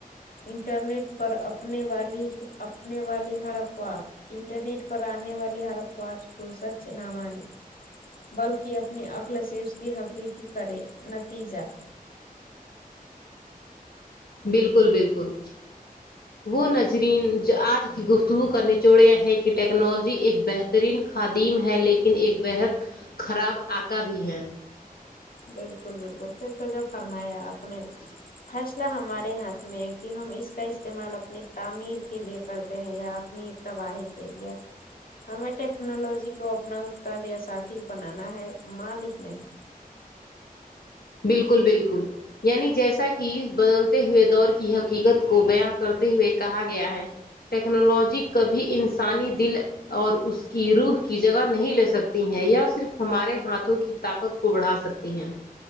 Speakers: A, on the left (about 70°); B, on the left (about 85°).
A: انٹرنیٹ پراپنے والی اپنے والی ہر افواہ انٹرنیٹ پر آنے والی ہر افواج کو سچ نہ مانے بلکہ اپنی عقل سے اس کی حقیقی کرے نتیجہ
B: بالکل بالکل وہ نظرین جو آج کی گفتگو کا نچوڑیا ہے کہ ٹیکنالوجی ایک بہتر ترین خادم ہے لیکن ایک بےحد خراب آقا بھی ہے
A: بالکل بالکل کیوں کہ جو فرمایا آ پ نے فیصلہ ہمارے ہاتھ میں ہے کہ ہم اس کا استعمال اپنی تعمیر کے لیے کرتے ہیں یا اپ اپنی تباہی کے لیے ہمیں ٹیکنالوجی کو اپنا استاد یا ساتھی بنانا ہے مالک نہیں
B: بالکل بالکل یعنی جیسا کہ بدلتے ہوئے دور کی حقیقت کو بیاں کرتے ہوئے کہا گیا ہے ٹیکنالوجی کبھی انسانی دل اور اس کی روح کی جگہ نہیں لے سکتی ہیں یا صرف ہمارے ہاتھوں کی طاقت کو بڑھا سکتی ہیں